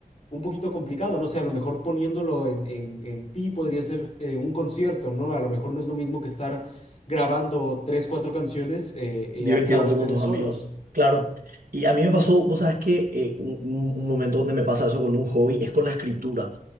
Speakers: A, on the left; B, on the right.
A: un poquito complicado, no sé, a lo mejor poniéndolo en, en- en ti podría ser eh, un concierto, ¿no? A lo mejor no es lo mismo que estar grabando tres, cuatro canciones eh, eh,
B: Divirtiéndote
A: acá ustedes
B: con tus
A: solos.
B: amigos, claro. Y a mí me pasó, vos sabes que eh, un, un- un momento donde me pasa eso con un hobby es con la escritura.